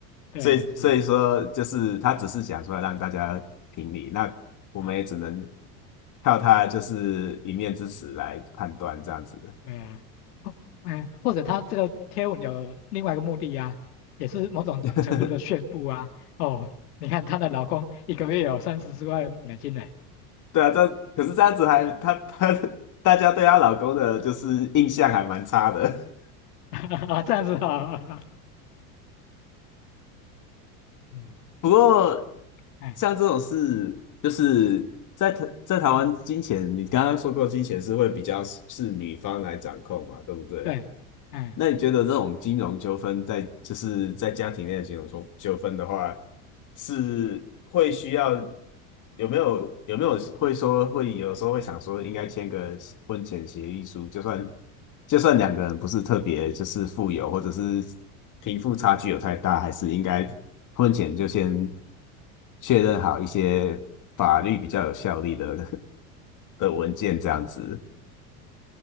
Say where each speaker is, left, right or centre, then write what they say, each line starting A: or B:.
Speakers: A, on the left; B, on the left.
A: 对，
B: 所以所以说，
A: 是啊，
B: 就是她只是讲出来让大家评理，那我们也只能
A: 啊、
B: 靠她就是一面之词来判断这样子的。
A: 嗯，对啊，哦，哎、或者他这个贴文有另外一个目的啊，也是某种程度的炫富啊，
B: <laughs>
A: 哦。你看她的老公一个月有三十四万美金呢，
B: 对啊，这可是这样子还她他大家对她老公的就是印象还蛮差的。
A: <laughs> 啊，这样子啊，嗯，
B: 不过
A: <laughs> 哎，
B: 像这种事，就是在台在台湾金钱，你刚刚说过金钱是会比较是女方来掌控嘛，对不对？
A: 对，哎，
B: 那你觉得这种金融纠纷在就是在家庭内的金融纠纠纷的话，是会需要？有没有有没有会说会有时候会想说应该签个婚前协议书，就算就算两个人不是特别就是富有，或者是贫富差距有太大，还是应该婚前就先确认好一些法律比较有效力的 <laughs> 的文件这样子。